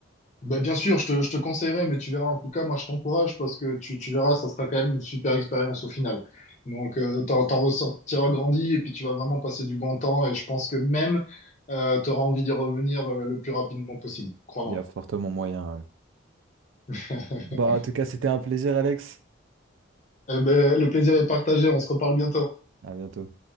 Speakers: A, on the left (about 35°); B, on the right (about 70°).
A: Bah, bien sûr, je te, je te conseillerais, mais tu verras, en tout cas, moi, je t'encourage parce que tu, tu verras, ça sera quand même une super expérience au final. Donc, euh, t'en, t'en ressortiras grandi et puis tu vas vraiment passer du bon temps et je pense que même, euh, tu auras envie d'y revenir, euh, le plus rapidement possible, crois-moi.
B: Il y a fortement moyen. ouais.
A: <laughs>
B: Bah, en tout cas, c'était un plaisir, Alex.
A: Eh ben, le plaisir est partagé, on se reparle bientôt.
B: À bientôt.